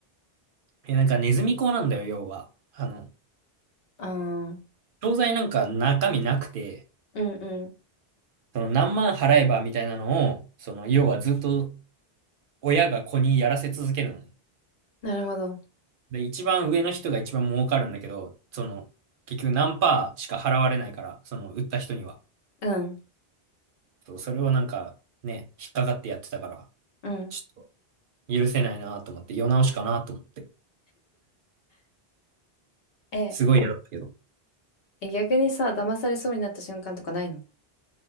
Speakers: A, on the right (about 65°); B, on the left (about 70°).
A: え、なんかネズミ講なんだよ、要は。あの、
B: ああー、
A: 商材なんか中身なくて、
B: うんうん。
A: その何万払えばみたいなのを、その、要はずっと親が子にやらせ続けるのね。
B: なるほど。
A: で、一番上の人が一番儲かるんだけど、その、結局何パーしか払われないから、その、売った人には。
B: うん、
A: そう、それをなんか、ね、引っかかってやってたから、
B: うん。
A: ちょっと許せないなと思って、世直しかなと思って。
B: え、
A: すごい嫌だったけど。
B: え逆にさ、騙されそうになった瞬間とかないの